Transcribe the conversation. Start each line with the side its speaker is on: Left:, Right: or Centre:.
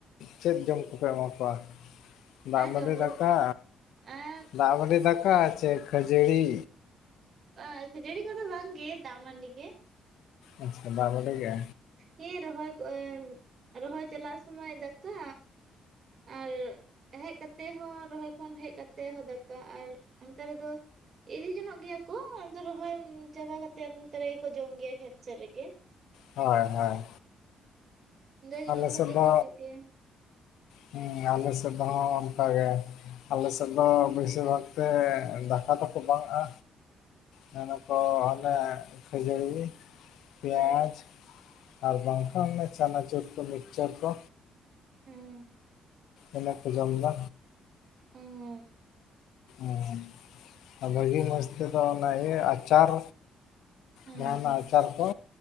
Left: ᱪᱮᱫ ᱡᱚᱢ ᱠᱚᱯᱮ ᱮᱢᱟ ᱠᱚᱣᱟ? ᱫᱟᱜ
Right: ᱟᱨ
Left: ᱢᱟᱹᱰᱤ
Right: ᱡᱚᱢ ᱵᱚᱞ
Left: ᱫᱟᱠᱟ,
Right: ᱟᱨ
Left: ᱫᱟᱜ ᱢᱟᱹᱰᱤ ᱫᱟᱠᱟ ᱪᱮ ᱠᱷᱟᱹᱡᱟᱹᱲᱤ?
Right: ᱦᱮᱸ, ᱠᱷᱟᱹᱡᱟᱹᱲᱤ ᱠᱚᱫᱚ ᱵᱟᱝᱜᱮ ᱫᱟᱜ ᱢᱟᱹᱰᱤ ᱜᱮ᱾
Left: ᱟᱪᱪᱷᱟ ᱫᱟᱜ ᱢᱟᱹᱰᱤ ᱜᱮ?
Right: ᱦᱮᱸ ᱨᱚᱦᱚᱭ ᱠᱚᱜᱻ ᱨᱚᱦᱚᱭ ᱪᱟᱞᱟᱜ ᱥᱚᱢᱚᱭ ᱫᱟᱠᱟ, ᱟᱨᱻ ᱦᱮᱡ ᱠᱟᱛᱮ ᱦᱚᱸ, ᱨᱚᱦᱚᱭ ᱠᱷᱚᱱ ᱦᱮᱡ ᱠᱟᱛᱮ ᱦᱚᱸ ᱫᱟᱠᱟ ᱟᱨ ᱚᱱᱛᱮ ᱨᱮᱫᱚ, ᱤᱫᱤ ᱡᱚᱱᱚᱜ ᱜᱮᱭᱟ ᱠᱚ ᱟᱫᱚ ᱨᱚᱦᱚᱭ ᱪᱟᱵᱟ ᱠᱟᱛᱮᱫ ᱚᱱᱛᱮ ᱨᱮᱜᱮᱠᱚ ᱡᱚᱢ ᱜᱮᱭᱟ ᱠᱷᱮᱛ ᱥᱮᱫ ᱨᱮᱜᱮ᱾
Left: ᱦᱳᱭ ᱦᱳᱭ᱾
Right: ᱚᱸᱰᱮ ᱜᱮ
Left: ᱟᱞᱮ
Right: ᱡᱚᱢ ᱠᱟᱛᱮ
Left: ᱥᱮᱫ ᱫᱚ
Right: ᱠᱚ ᱦᱤᱡᱩᱜ ᱜᱮᱭᱟ
Left: ᱦᱩᱸ, ᱟᱞᱮ ᱥᱮᱫ ᱦᱟᱸᱜ ᱚᱱᱠᱟᱜᱮ᱾ ᱟᱞᱮ ᱥᱮᱫ ᱫᱚ ᱵᱮᱥᱤᱨ ᱵᱷᱟᱜᱽ ᱛᱮ ᱫᱟᱠᱟ ᱫᱚᱠᱚ ᱵᱟᱝ-ᱟ᱾ ᱢᱮᱱᱟᱠᱚ ᱟᱞᱮ ᱠᱷᱡᱟᱹᱲᱤ, ᱯᱮᱸᱭᱟᱡᱽ
Right: ᱦᱮᱸ
Left: ᱟᱨ ᱵᱟᱝᱠᱷᱟᱱ ᱪᱟᱱᱟᱪᱩᱨ ᱠᱚ, ᱢᱤᱠᱪᱟᱨ ᱠᱚ᱾
Right: ᱦᱮᱸ
Left: ᱤᱱᱟᱹ ᱠᱚ ᱡᱚᱢᱫᱟ᱾
Right: ᱚᱻ
Left: ᱚᱻ, ᱟᱨ ᱵᱷᱟᱹᱜᱤ ᱢᱚᱡᱽ ᱛᱮᱫᱚ ᱚᱱᱟ ᱤᱭᱟᱹ ᱟᱪᱟᱨ᱾
Right: ᱦᱮᱸ
Left: ᱡᱟᱸᱦᱟᱱᱟᱜ
Right: ᱦᱮᱸ
Left: ᱟᱪᱟᱨ ᱠᱚ᱾